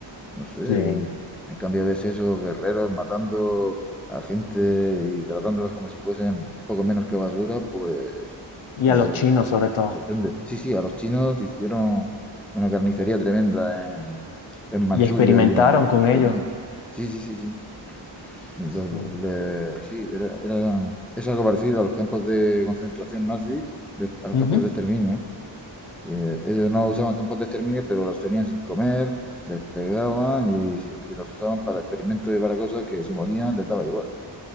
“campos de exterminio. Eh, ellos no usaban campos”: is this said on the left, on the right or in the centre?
Centre